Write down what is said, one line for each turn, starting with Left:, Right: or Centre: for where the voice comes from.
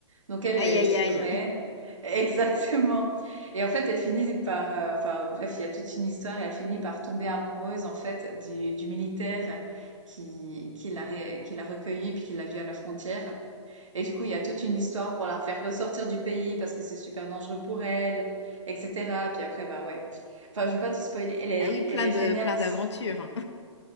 Right: Donc, elle
Left: Aïe
Right: est
Left: aïe
Right: sud-coréenne.
Left: aïe.
Right: <laughs> Exactement. Et en fait, elle finit par, euh, enfin bref, il y a toute une histoire et elle finit par tomber amoureuse en fait du, du militaire qui, qui l'a, ré- qui l'a recueillie puis qui l'a vue à la frontière. Et du coup, il y a toute une histoire pour la refaire ressortir du pays parce que c'est super dangereux pour elle, etc. Puis après, bah ouais. Enfin, je veux pas te spoiler. Elle est,
Left: Ah oui, plein
Right: elle est
Left: de
Right: géniale
Left: plein
Right: aussi.
Left: d'aventures.